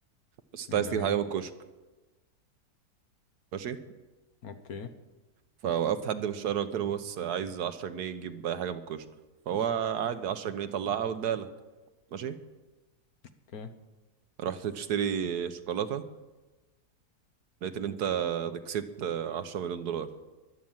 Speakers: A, on the right (about 75°); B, on the left (about 65°).
A: بس انت
B: مم،
A: عايز
B: جميل
A: تجيب حاجه من الكشك ماشي
B: اوكي
A: فوقفت حد في الشارع قلت له بص عايز 10 جنيه تجيب اي حاجه من الكشك فهو عادي 10 جنيه طلعها واداها لك ماشي
B: اوكي
A: رحت تشتري شوكولاته لقيت ان انت كسبت 10 مليون دولار